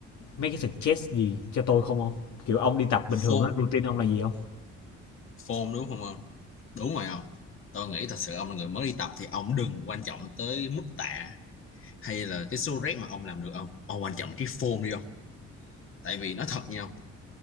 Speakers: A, on the left (about 70°); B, on the left (about 45°).
A: mấy cái suggest gì cho tôi không không kiểu ông đi tập
B: form
A: bình thường á routine ông là gì không
B: form đúng không ông? Đúng rồi không? Tôi nghĩ thật sự ông là người mới đi tập thì ông đừng quan trọng tới mức tạ hay là cái số rep mà ông làm được không? Ông quan trọng cái form đi không? Tại vì nói thật nha